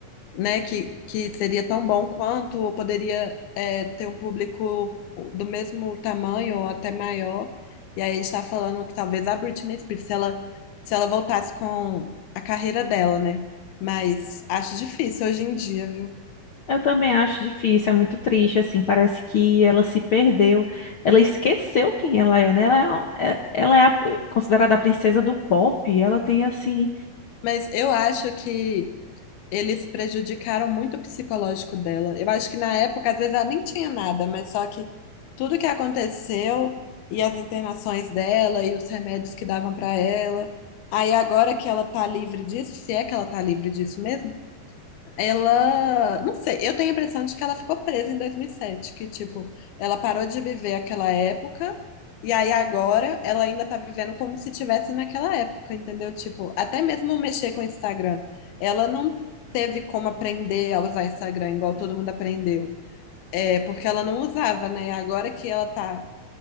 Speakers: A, on the left; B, on the left.
A: né? Que, que seria tão bom quanto, ou poderia é, ter um público do mesmo tamanho ou até maior. E aí a gente está falando que talvez a Britney Spears, se ela, se ela voltasse com a carreira dela, né? Mas acho difícil hoje em dia, viu?
B: Eu também acho difícil, é muito triste, assim, parece que ela se perdeu, ela esqueceu quem ela é, né? Ela é, um- é- ela é a- considerada a princesa do pop, ela tem, assim,
A: Mas eu acho que eles prejudicaram muito o psicológico dela. Eu acho que na época, às vezes, ela nem tinha nada, mas só que tudo que aconteceu e as internações dela e os remédios que davam para ela. Aí agora que ela tá livre disso, se é que ela tá livre disso mesmo, ela, não sei, eu tenho a impressão de que ela ficou presa em 2007, que tipo, ela parou de viver aquela época e aí agora ela ainda tá vivendo como se tivesse naquela época, entendeu? Tipo, até mesmo mexer com o Instagram, ela não teve como aprender a usar Instagram igual todo mundo aprendeu. É, porque ela não usava, né? Agora que ela tá